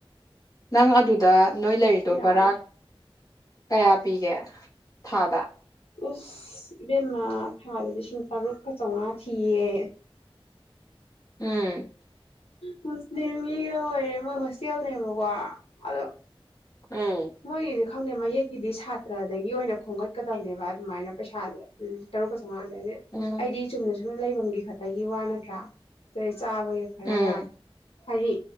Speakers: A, on the left; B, on the left.
A: ꯅꯪ ꯑꯗꯨꯗ ꯅꯣꯏ ꯂꯩꯔꯤꯗꯣ
B: ꯌꯥꯏ
A: ꯕꯔꯥ ꯀꯌꯥ ꯄꯤꯒꯦ ꯊꯥꯗ
B: ꯏꯁ ꯏꯕꯦꯝꯃꯥ ꯊꯥꯗ ꯂꯤꯁꯤꯡ ꯇꯔꯨꯛꯀ ꯆꯧꯉꯥ ꯊꯤꯌꯦ
A: ꯎꯝ
B: ꯃꯨꯁꯂꯤꯝꯒꯤꯒ ꯑꯣꯏꯔꯦ ꯃꯣꯏ ꯍꯣꯁꯇꯦꯜꯅꯦꯕꯀꯣ ꯑꯗꯣ
A: ꯎꯝ
B: ꯃꯣꯏꯒꯤꯁꯨ ꯈꯪꯗ‌ꯦ ꯃꯌꯦꯛ ꯁꯤꯗꯤ ꯁꯥꯇ꯭ꯔꯗꯒꯤ ꯑꯣꯏꯅ ꯈꯣꯝꯒꯠꯀꯗꯕꯅꯦꯕ ꯑꯗꯨꯃꯥꯏꯅ ꯄꯩꯁꯥꯁꯦ ꯇꯔꯨꯛ ꯆꯧꯉꯥ
A: ꯎꯝ
B: ꯑꯩꯗꯤ ꯆꯨꯝꯅꯁꯨ ꯂꯩꯐꯝꯒꯤ ꯈꯇꯒꯤ ꯋꯥ ꯅꯠꯇ꯭ꯔꯥ ꯆꯥꯕꯒꯤ ꯈꯔꯒ
A: ꯎꯝ
B: ꯍꯥꯏꯗꯤ